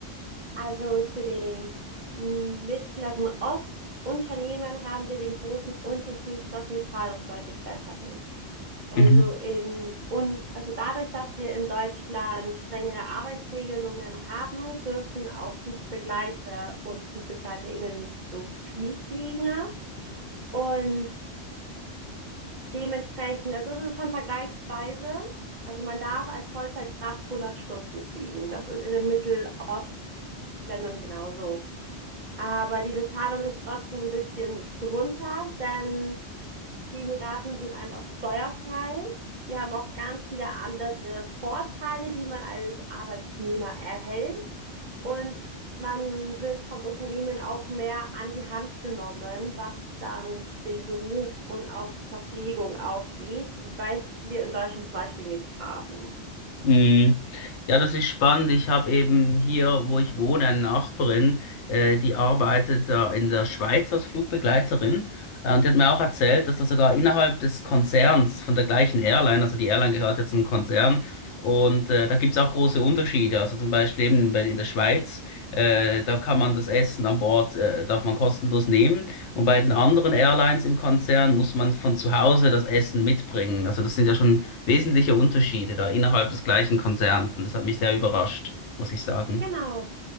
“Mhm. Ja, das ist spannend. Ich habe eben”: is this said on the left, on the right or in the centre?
Left